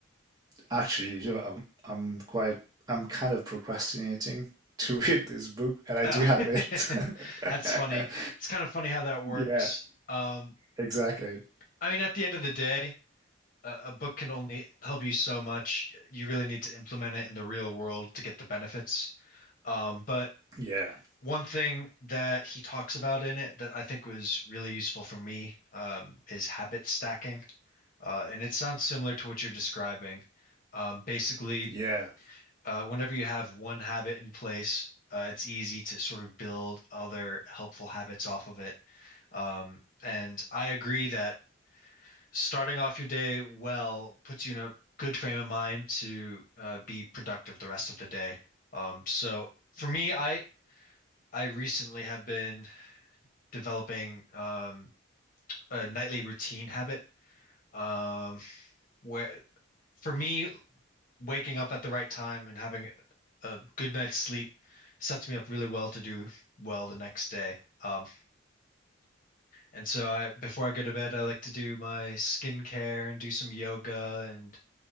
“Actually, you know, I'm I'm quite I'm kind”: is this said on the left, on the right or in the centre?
Right